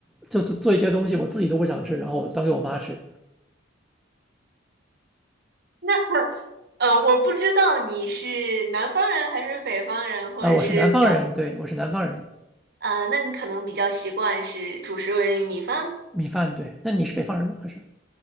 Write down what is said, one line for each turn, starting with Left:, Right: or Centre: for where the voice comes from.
Centre: 就做做一些东西我自己都不想吃，然后端给我妈吃。
Right: <laughs> 呃，我不知道你是南方人还是北方人，或者是比较，
Centre: 啊，我是南方人，对，我是南方人，
Right: 呃，那你可能比较习惯是主食为米饭。
Centre: 米饭，对。那你是北方人吗？还是？